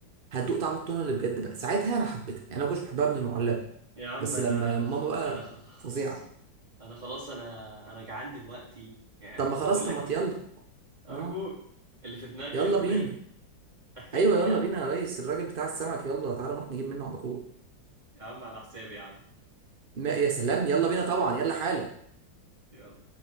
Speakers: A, on the right; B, on the right.
A: هتدوق طعم التونه اللي بجد بقى ساعتها انا حبيتها يعني انا ما كنتش بحبها من المعلبه
B: يا عم
A: بس
B: انا
A: لما ماما بقى
B: انا خلاص
A: فظيعه
B: انا خلاص انا انا جعان دلوقتي يعني
A: طب ما
B: طب
A: خلاص
B: بقول
A: طب
B: لك
A: ما
B: ايه
A: يلا
B: ارجوك
A: اه
B: اللي في دماغك
A: يلا
B: اللي في دماغي
A: بينا
B: <laughs>
A: ايوه يلا بينا يا ريس الراجل بتاع السمك يلا تعالى نروح نجيب منه على طول
B: يا عم على حسابي يا عم
A: ما يا سلام يلا بينا طبعا يلا حالا
B: يلا